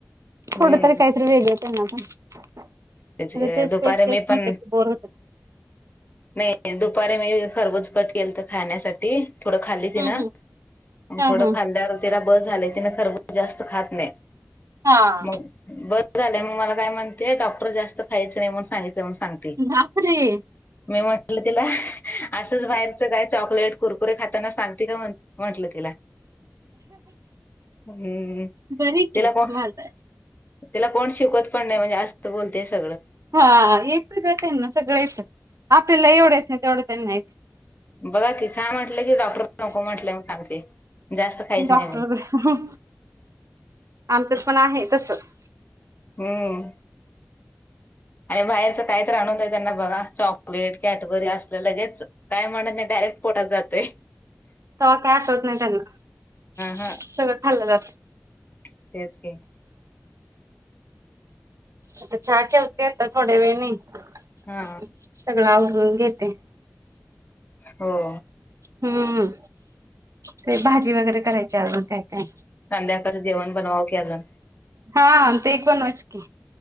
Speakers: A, on the left (about 35°); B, on the right (about 80°).
A: हम्म
B: थोड तरी काय तरी वेगळं. त्यांना का म्हणजे,
A: त्याचे
B: तेच
A: दुपारी
B: तेच तेच
A: मी पण
B: म्हटलं की बोर होतं.
A: नाही दुपारी मी खरबुज कट केलत खाण्यासाठी. थोडं खाल्ली तिनं
B: हम्म हम्म
A: मग
B: हा
A: थोडं
B: हा.
A: खाल्यावर तिला बस झालं तिनं खरबूज जास्त खात नाई
B: हा.
A: मग ब स झालंय मग मला काय म्हणते, डॉक्टर जास्त खायाच नाही म्हणून सांगितलय म्हणून सांग. ते
B: बापरे!
A: मी म्हटलं तिला असच बाहेर च काय चॉकलेट, कुरकुरे खाताना सांगती का म्ह-म्हटलं तिला. हम्म
B: बरी
A: तिला
B: की
A: कोण
B: वालतंय.
A: तिला कोण शिकवत पण नाई, म्हणजे आसतं बोलतीय सगळं.
B: हा येत ग त्यांना सगळं येतं, आपल्याला एवढं येत नाई तेवढं त्यांना येतं.
A: बघ की खा म्हटलं की डॉक्टर नको म्हटले म्हणून सांगते. जास्त खायच
B: डॉक्टरकड
A: नाही म्हण
B: आमच्यात पण आहे तसं.
A: हूं! आणि बाहेरचं कायतरी आणून दया त्यांना बघा चॉकलेट, कॅटबरी असलं लगेच काय म्हणत नाही डायरेक्ट पोटात जातंय.
B: तवा काय आठवत नाई त्यांना, सगळं
A: हा
B: खाल्ल जात.
A: तेच की.
B: आता चहा ठेवते आता थोड्या वेळानं. <inaudible>
A: हा
B: सगळं आवरुन घेते.
A: हो.
B: हम्म. ते भाजी वगैरे करायचे अजून काय काय? <inaudible>
A: संध्याकाळचं जेवण बनवावं की अजून
B: हा ते एक पण आहेच की.